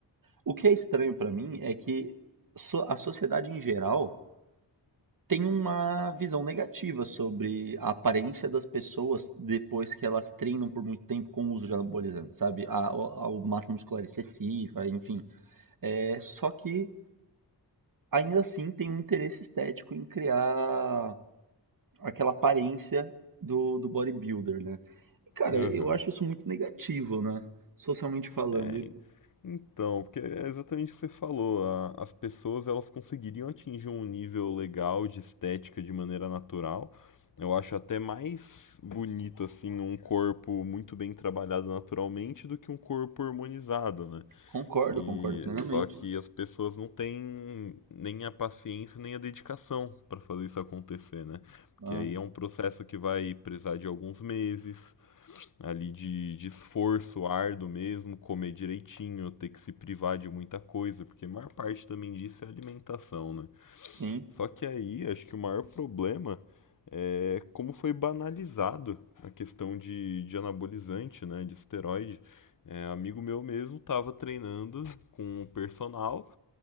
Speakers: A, on the right (about 50°); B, on the left (about 50°).
A: O que é estranho pra mim é que so- a sociedade em geral tem uma visão negativa sobre a aparência das pessoas depois que elas treinam por muito tempo com o uso de anabolizantes, sabe? A, a- a massa muscular excessiva, enfim. É, só que ainda assim tem um interesse estético em criar aquela aparência do, do bodybuilder, né? E, cara,
B: Aham.
A: eu acho isso muito negativo, né? Socialmente falando.
B: É,
A: E
B: então, porque é exatamente o que você falou, a- as pessoas elas conseguiriam atingir um nível legal de estética de maneira natural. Eu acho até mais bonito assim um corpo muito bem trabalhado naturalmente do que um corpo hormonizado, né?
A: Concordo,
B: E
A: concordo plenamente.
B: só que as pessoas não têm nem a paciência, nem a dedicação para fazer isso acontecer, né? Porque
A: Ah,
B: aí é um processo que vai precisar de alguns meses ali de, de esforço árduo mesmo, comer direitinho, ter que se privar de muita coisa, porque a maior parte também disso é alimentação, né?
A: sim.
B: Só que aí, acho que o maior problema é como foi banalizado a questão de, de anabolizante, né, de esteroide. É, amigo meu mesmo estava treinando com o personal,